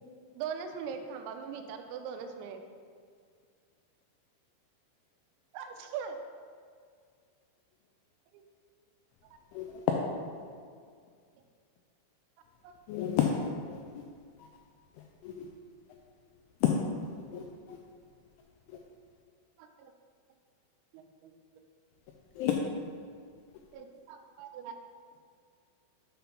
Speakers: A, on the right; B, on the left.
A: दोनच मिनिट थांबा मी विचारतो दोनच मिनिट <unintelligible> <inaudible>
B: <inaudible>
A: <inaudible>
B: <unintelligible> <unintelligible>
A: <unintelligible>
B: <inaudible>
A: त्यांच संग